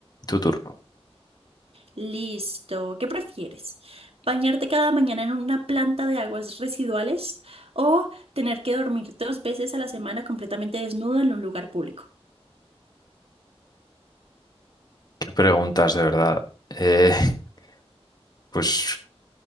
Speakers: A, on the left; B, on the right.
A: tu turno.
B: Listo. ¿Qué prefieres? ¿Bañarte cada mañana en una planta de aguas residuales o tener que dormir dos veces a la semana completamente desnudo en un lugar público?
A: ¿Qué preguntas de verdad? Eh, <laughs> pues